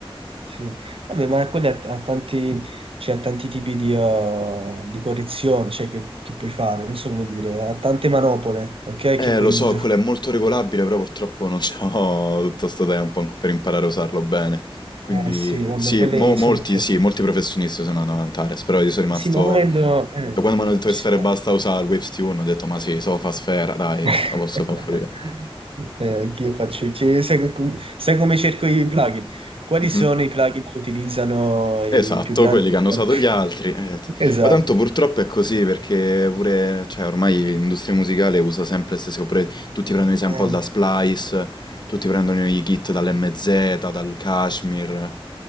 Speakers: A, on the right; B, on the left.
A: sì. Vabbè, ma quelli ha, ha tanti, cioè, ha tanti tipi di, uh, di correzioni, cioè, che, che puoi fare, non so come dire, ha tante manopole, ok, che
B: Eh,
A: puoi
B: lo so,
A: usufruire.
B: quello è molto regolabile, però purtroppo non ho <laughs> tutto sto tempo anco- per imparare a usarlo bene. Quindi
A: Eh sì, vabbè,
B: sì,
A: quelle
B: mo- molti,
A: sono, cioè,
B: sì, molti professionisti sono andati ad Antares, però io sono rimasto...
A: Sì, ma volendo... eh,
B: Da quando mi hanno detto
A: ci
B: che Sphere
A: sta.
B: basta usare il Waves Tune, ho detto ma sì, so fa Sfera, dai,
A: <laughs>
B: lo posso fare pure io.
A: Eh, anch'io faccio... ci- sai, com- sai come cerco i plugin? Quali
B: Mhm.
A: sono i plugin che utilizzano i
B: Esatto,
A: più grandi?
B: quelli che hanno
A: <laughs>
B: usato gli altri. eh.
A: Esatto.
B: Ma tanto purtroppo è così perché pure, cioè, ormai l'industria musicale usa sempre le stesse oppure tutti prendono i sample
A: Eh,
B: da Splice, tutti prendono i kit dall'MZ, dal Kashmir.